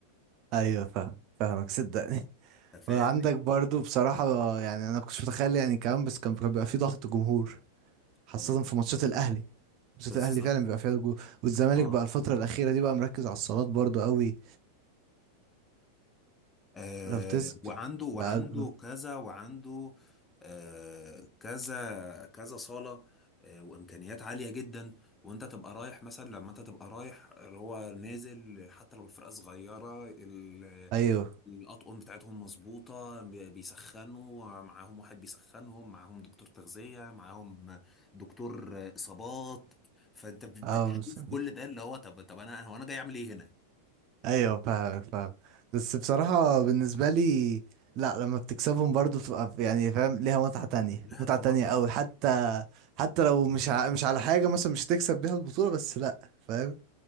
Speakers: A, on the right; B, on the left.
A: ايوه فاهم فاهمك صدقني <laughs>
B: أنت فاهم
A: وعندك برضه بصراحة يعني انا كنتش متخيل يعني كمان بس كان كان بيبقى في ضغط جمهور خاصة
B: آه،
A: في ماتشات الأهلي ماتشات
B: بالظبط
A: الأهلي فعلا بيبقى فيها جول والزمالك
B: اه
A: بقى الفترة
B: آه.
A: الأخيرة دي بقى مركز على الصالات برضو قوي
B: آه،
A: لو تس
B: وعنده وعنده
A: بقى جو-
B: كذا وعنده آه، كذا كذا صالة آه، وإمكانيات عالية جدا وأنت تبقى رايح مثلا لما أنت تبقى رايح هو نازل حتى لو الفرقة صغيرة ال-
A: أيوه
B: الأطقم بتاعتهم مظبوطة بي- بيسخنوا معاهم واحد بيسخنهم معاهم دكتور تغذية معاهم دكتور آه، إصابات فأنت بت-
A: أه
B: بتشوف
A: بس-
B: كل ده اللي هو طب طب أنا هو أنا جاي أعمل إيه هنا؟
A: أيوه فاهم فاهم بس بصراحة بالنسبة لي لا لما بتكسبهم برضو بتبقى ف- يعني فاهم ليها متعة تانية
B: لا
A: متعة
B: لا مرة
A: تانية قوي حتى حتى لو مش ع... مش على حاجة مثلا مش تكسب بيها البطولة بس لا فاهم